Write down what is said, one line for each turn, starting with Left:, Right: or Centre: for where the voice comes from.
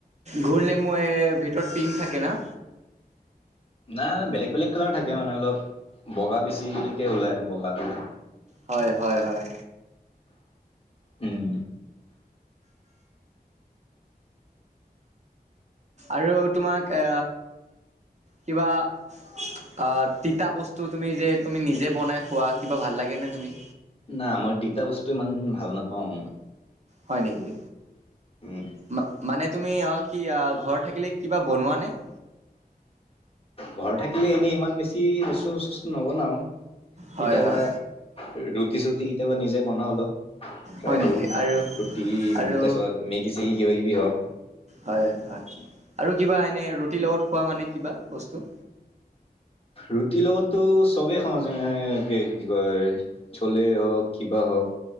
Right: গুল নেমু এ ভিতৰত পিংক থাকে ন?
Left: নাই বেলেগ বেলেগ কালাৰ থাকে মানে অলপ বগা বেছিকে ওলাই বগা ধলে।
Right: হয়, হয়, হয়।
Left: উম।
Right: আৰু তোমাক আ, কিবা অ, তিতা বস্তু তুমি যে তুমি নিজে বনাই খোৱা কিবা ভাল লাগে নে তুমি?
Left: না, মই তিতা বস্তু ইমান ভাল নাপাও মই।
Right: হয় নেকি?
Left: উম
Right: মা-মানে তুমি কি ঘৰত থাকিলে কিবা বনোৱা নে? <inaudible>
Left: ঘৰত থাকিলে এনেই ইমান বেছি বচু চুচ নবনাও।
Right: হয়,
Left: কেতিয়াবা
Right: হয়,
Left: ৰুটি চুটি কেতিয়াবা নিজে বনাও অলপ। ফ্ৰাই
Right: হয়
Left: কৰো
Right: নেকি? আৰু
Left: ৰুটি
Right: আৰু
Left: তাৰিছত মেগী চেগি কিবা কিবি হওক।
Right: হয়, হয়, আৰু কিবা এনে ৰুটিৰ লগত খোৱা মানে কিবা বস্তু?
Left: ৰুটিৰ লগতো চবেই খাওঁ যাই কি কি কয় চলে হওক কিবা হওক।